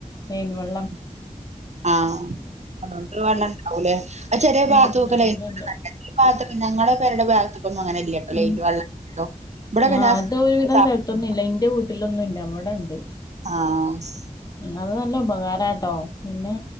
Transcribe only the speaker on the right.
ആ ആഹ്
അതുകൊണ്ട് വെള്ളം ഇണ്ടാവൂല്ലേ ആ ചെലയ
ഭാഗത്തൊക്കെ
ലൈൻ
<unintelligible> ഈ ഭാഗത്തൊക്കെ ഞങ്ങളുടെ പേരെടെ ഭാഗത്ത്ക്കൊന്നും അങ്ങനെല്ല
ലൈൻ വെള്ളം ഇവിടൊക്കെ
ഞാൻ
<unintelligible>
ആഹ്